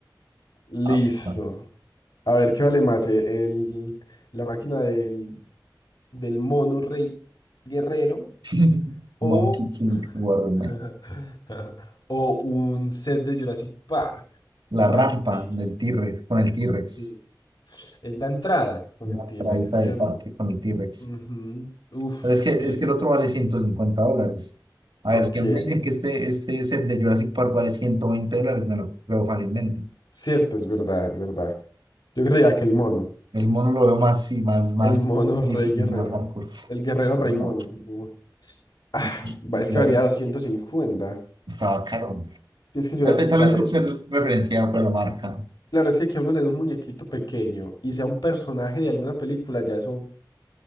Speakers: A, on the left; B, on the right.
A: Listo.
B: Ah, bueno.
A: A ver, ¿qué vale más? eh, El, la máquina del del mono rey guerrero
B: <laughs>
A: o,
B: Monkey King Waterman.
A: <laughs> o un set de Jurassic Park, Rampage.
B: La rampa del T-Rex, con el T-Rex.
A: Sí. Es la entrada con
B: La
A: el T-Rex,
B: traída
A: ¿cierto?
B: del parque con el T-Rex.
A: Ujú. Uf,
B: Pero es que,
A: que,
B: es que
A: que-
B: el otro vale 150 dólares. A ver,
A: Ok,
B: si a mí me dicen que este, este set de Jurassic Park vale 120 dólares, me lo creo fácilmente.
A: cierto, es verdad, es verdad. Yo creía que el mono,
B: El mono lo veo más, sí, más, más
A: el mono
B: difícil,
A: rey guerrero,
B: más hardcore.
A: el guerrero rey
B: No,
A: mono. Uy. Ah,
B: y- y-
A: va-
B: y
A: es que
B: la
A: valía
B: vi,
A: 250.
B: estaba caro.
A: Y es que Jurassic
B: Tal vez, tal
A: Park
B: vez
A: es...
B: por ser referenciado por la marca.
A: Claro, es que que a uno le dé un muñequito pequeño y sea un personaje de alguna película, ya eso